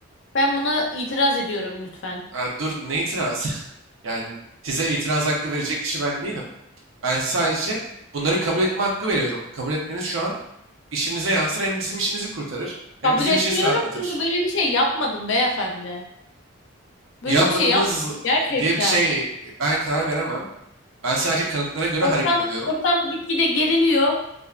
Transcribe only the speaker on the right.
Ha, dur ne itiraz? <laughs> Yani size itiraz hakkı verecek kişi ben değilim. Ben size sadece bunları kabul etme hakkı veriyorum. Kabul etmeniz şu an işinize yansır hem bizim işimizi kurtarır hem
sizin
işinizi rahatlatır.
Yanmadınız
diye bir şey ben karar veremem. Ben sadece kanıtlara göre
hareket ediyorum.